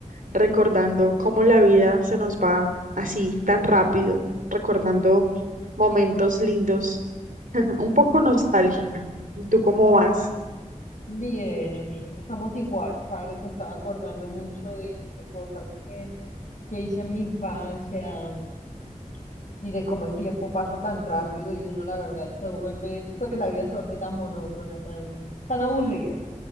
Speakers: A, on the right; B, on the left.
A: recordando cómo la vida se nos va así tan rápido, recordando momentos lindos, <laughs> un poco nostálgica. ¿Y tú cómo vas?
B: Bien, amigo, estamos igual, ¿sabes? Me estaba acordando mucho de, de cosas que, que hice en mi infancia um, y de cómo el tiempo pasa tan rápido y uno, la verdad, se vuelve, pues la vida se vuelve tan monótona, tan, tan aburrida.